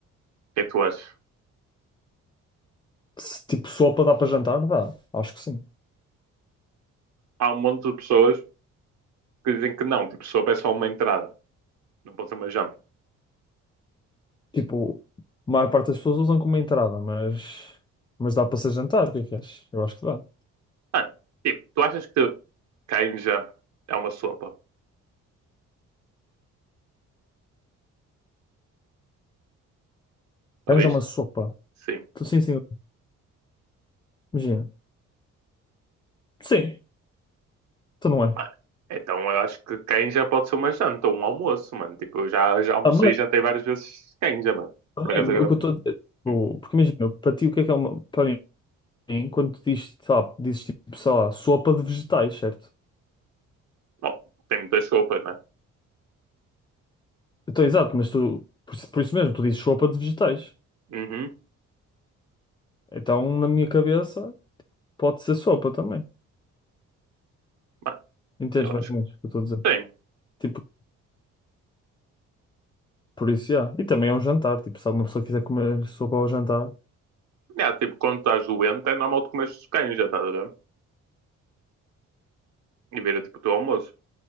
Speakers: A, on the right; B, on the left.
A: que é que tu achas?
B: Se, tipo, sopa dá para jantar? Dá. Acho que sim.
A: Há um monte de pessoas que dizem que não, tipo, sopa é só uma entrada, não pode ser uma janta.
B: Tipo, a maior parte das pessoas usam como entrada, mas, mas dá para ser jantar. O que é que achas? Eu acho que dá.
A: Mano, tipo, tu achas que canja é uma sopa, talvez?
B: Arranja uma sopa.
A: Sim.
B: Tu- Sim, sim. Imagina. Sim, então não é.
A: Mano, então eu acho que canja pode ser uma janta ou um almoço, mano. Tipo, eu já, já almocei
B: Também,
A: e jantei várias vezes canja, mano.
B: também.
A: Por acaso agora.
B: O que eu estou a dizer. tipo,
A: hum,
B: Porque imagina, para ti, o que é que é uma. Para mim, mim, quando tu dizes, sei lá, dizes tipo, sei lá, sopa de vegetais, certo?
A: Bom, tem muitas sopas, né?
B: Então, exato, mas tu, por, isso por isso mesmo, tu dizes sopa de vegetais.
A: Uhum.
B: Então, na minha cabeça, pode ser sopa também.
A: Mano,
B: Entendes
A: eu
B: mais
A: acho
B: ou
A: que
B: menos o que eu estou a dizer?
A: tem.
B: Tipo, por isso, já. E também é um jantar, tipo, se uma pessoa quiser comer sopa ao jantar.
A: É, tipo, quando estás doente, é normal tu comeres canja, estás a ver? E vira tipo o teu almoço.